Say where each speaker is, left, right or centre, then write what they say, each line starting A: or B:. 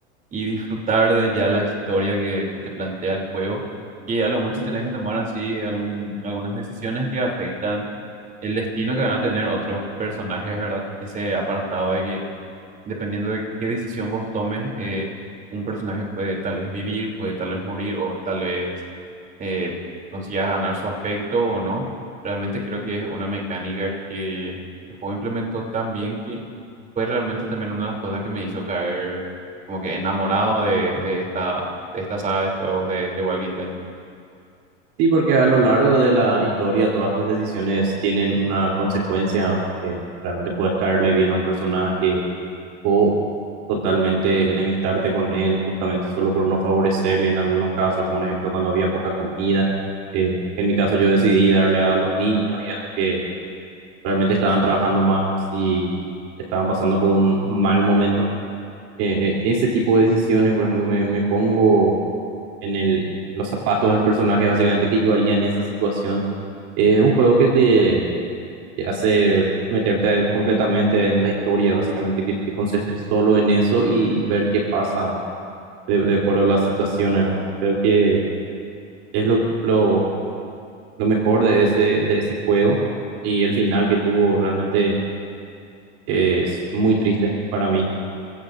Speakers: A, on the right; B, on the right.
A: y disfrutar de ya la historia que, que te plantea el juego. Y a lo mucho tenés que tomar así algún, algunas decisiones que afectan el destino que van a tener otros personajes, ¿verdad? Ese apartado de que dependiendo de qué decisión vos tomes, eh, un personaje puede tal vez vivir, puede tal vez morir o tal vez eh, consigas ganar su afecto o no. Realmente creo que es una mecánica que el juego implementó tan bien que fue realmente también una de las cosas que me hizo caer como que enamorado de, de esta, de esta saga de juegos de The Walking Dead.
B: Sí, porque a lo largo de la historia todas tus decisiones tienen una consecuencia que realmente puedes caerle bien a un personaje o totalmente enemistarte con él justamente solo por no favorecerle en algunos casos, por ejemplo cuando había poca comida, eh, que en mi caso yo decidí darle a los niños y a los que realmente estaban trabajando más y estaban pasando por un mal momento. Eh, eh, ese tipo de decisiones, por ejemplo, me, me pongo en el, los zapatos del personaje básicamente que yo haría en esa situación es un juego que te, te hace meterte completamente en la historia, básicamente, que te concentres solo en eso y ver qué pasa de, de acuerdo a las situaciones, ¿verdad? Creo que es lo, lo, lo mejor de ese, de ese juego y el final que tuvo realmente es muy triste para mí.